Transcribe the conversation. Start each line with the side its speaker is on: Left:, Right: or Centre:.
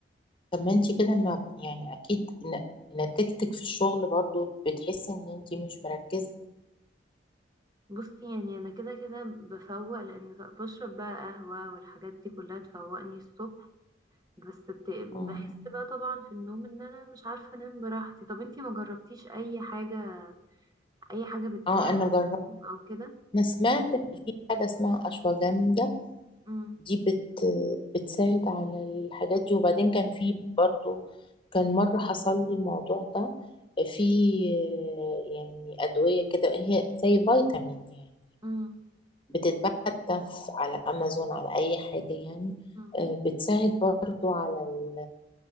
Left: طب ما أنت كده ما يعني أكيد ن- نتيجتك في الشغل برضو بتحسي إن أنت مش مركزة
Right: بصي يعني انا كده كده بفوق لان بشرب بقى قهوة والحاجات دي كلها تفوقني الصبح بس بت...
Left: مم.
Right: بحس بقى طبعا في النوم ان انا مش عارفة انام براحتي طب انتي ما جربتيش اي حاجة اي حاجة بتساعد
Left: أه أنا جربت
Right: او كده
Left: أنا سمعت إن في حاجة اسمها أشواجندا
Right: امم
Left: دي بت بتساعد على الحاجات دي وبعدين كان في برضو كان مرة حصل لي الموضوع ده في آه، يعني أدوية كده هي زي فيتامين يعني
Right: امم
Left: بتتباع حتى في- على أمازون على أي حاجة يعني
Right: امم
Left: آه، بتساعد برضو على ال